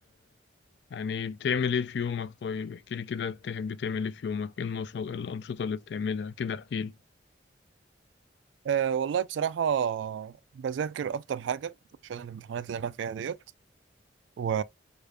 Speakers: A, on the left; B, on the right.
A: يعني بتعمل ايه في يومك طيب احكيلي كده بتحب تعمل ايه في يومك ايه النشاط ايه الأنشطة اللي بتعملها كده احكيلي
B: آه، والله بصراحة بذاكر أكتر حاجة عشان الامتحانات اللي أنا فيها ديت و